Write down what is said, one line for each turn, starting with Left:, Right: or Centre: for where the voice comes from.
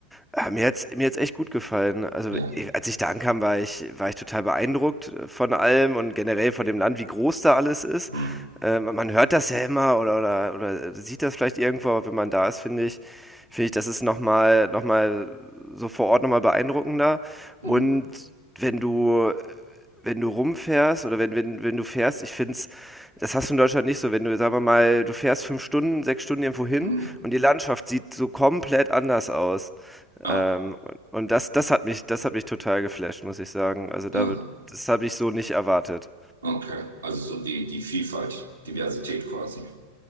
Centre: Ah, Mir hat's mir hat's echt gut gefallen. Also,
Right: Ja.
Centre: eh, als ich da ankam, war ich, war ich total beeindruckt äh, von allem und generell von dem Land, wie groß da alles ist.
Right: Hm.
Centre: Ähm, man hört das ja immer oder, oder, oder sieht das vielleicht irgendwo, aber wenn man da ist, finde ich, finde ich, das ist nochmal, nochmal so vor Ort nochmal beeindruckender.
Right: Hm.
Centre: Und wenn du wenn du rumfährst oder wenn, wenn, wenn du fährst, ich finde es, das hast du in Deutschland nicht so, wenn du, sagen wir mal, du fährst fünf Stunden, sechs Stunden irgendwo hin
Right: Hm.
Centre: und die Landschaft sieht so komplett anders aus.
Right: Ah,
Centre: Ähm, und das, das hat mich, das hat mich total geflasht, muss ich sagen. Also da,
Right: ah,
Centre: das habe ich so nicht erwartet.
Right: okay. Also so die, die Vielfalt, Diversität quasi.